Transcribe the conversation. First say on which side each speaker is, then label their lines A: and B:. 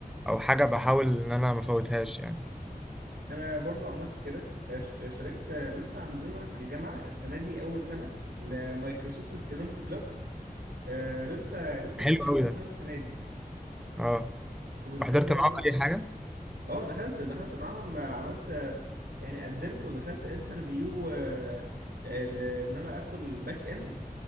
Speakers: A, in the centre; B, on the right (about 85°).
A: او حاجه بحاول ان انا ما افوتهاش يعني
B: انا برضو عملت كده ش- شاركت لسه عندنا في الجامعه السنه دي اول سنه لمايكروسوفت ستودنت كلوب آه لسه لسه جايين
A: حلو
B: اول
A: قوي ده
B: سنه السنه دي
A: اه
B: ودخلت
A: وحضرت
B: بقى
A: معاهم
B: مع
A: اي حاجه
B: اه دخلت دخلت معاهم آه، عملت آه، يعني قدمت ودخلت انترفيو ان انا ادخل الباك اند